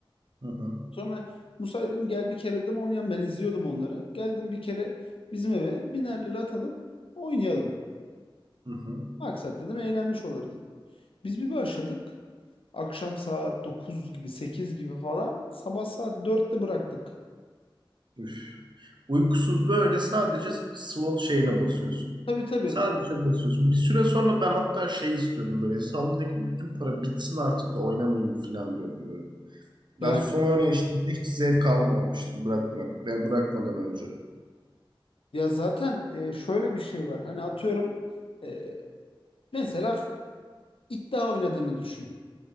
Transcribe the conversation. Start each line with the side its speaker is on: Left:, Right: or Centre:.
Right: hı hı,
Left: Sonra Musaydım gel bir kere de mi oynayalım. Ben izliyordum onları. Geldim bir kere bizim eve biner lira atalım oynayalım.
Right: hı
Left: Maksat dedim eğlenmiş oluruz. Biz bir başladık. Akşam saat 9 gibi 8 gibi falan. Sabah saat dörtte bıraktık.
Right: Üf. Uykusuz böyle sadece slot şeyine basıyorsun.
Left: Tabii tabii.
Right: Sadece basıyorsun. Bir süre sonra ben hatta şey istiyordum böyle hesabımdaki bütün para bitsin artık da oynamayayım falan diyordum böyle. Ben
Left: Yani
Right: son oynayışımda hiç zevk almamıştım bırakmak. Ben bırakmadan önce.
Left: ya zaten e, şöyle bir şey var. Hani atıyorum e, mesela iddia oynadığını düşün.